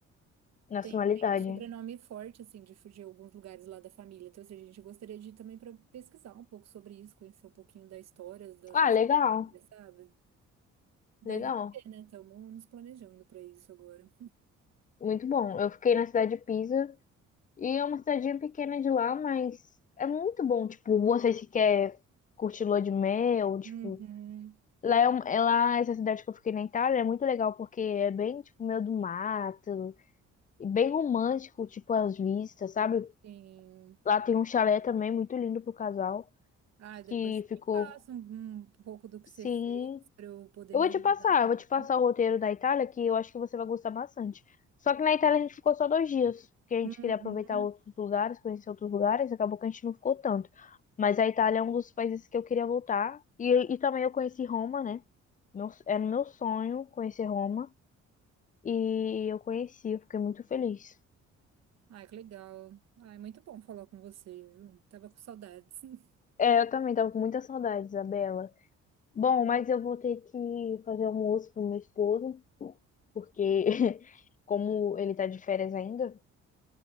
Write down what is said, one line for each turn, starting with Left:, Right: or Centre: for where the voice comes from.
Left: nacionalidade.
Right: Tem, tem um sobrenome forte, assim, de, fu- de alguns lugares lá da família. Então, assim, a gente gostaria de ir também para pesquisar um pouco sobre isso, conhecer um pouquinho da história das
Left: Ah,
Right: nossas
Left: legal,
Right: famílias, sabe? Daí
Left: legal,
Right: vai ver, né? Estamos nos planejando para isso agora.
Left: muito bom. Eu fiquei na cidade de Pisa e é uma cidadinha pequena de lá, mas é muito bom. Tipo, você se quer curtir lua de mel, tipo,
Right: Uhum,
Left: lá é, um- é lá essa cidade que eu fiquei na Itália é muito legal porque é bem tipo meio do mato, E bem romântico, tipo as vistas, sabe?
Right: sim.
Left: Lá tem um chalé também muito lindo pro casal,
Right: Ah, depois
Left: que
Right: você
Left: ficou.
Right: me passa um, um pouco do que
Left: Sim.
Right: você fez para eu poder
Left: Eu
Right: me
Left: vou
Right: organizar
Left: te passar,
Right: também.
Left: eu vou te passar o roteiro da Itália, que eu acho que você vai gostar bastante. Só que na Itália a gente ficou só dois dias, porque a gente
Right: Uhum.
Left: queria aproveitar outros lugares, conhecer outros lugares, acabou que a gente não ficou tanto. Mas a Itália é um dos países que eu queria voltar. E, e também eu conheci Roma, né? Meu, era meu sonho conhecer Roma. E eu conheci, eu fiquei muito feliz.
Right: Ai, que legal. Ai, muito bom falar com você, viu? Tava com saudades. <laughs>
Left: É, eu também tava com muita saudade, Isabela. Bom, mas eu vou ter que fazer almoço pro meu esposo, porque <laughs> como ele tá de férias ainda,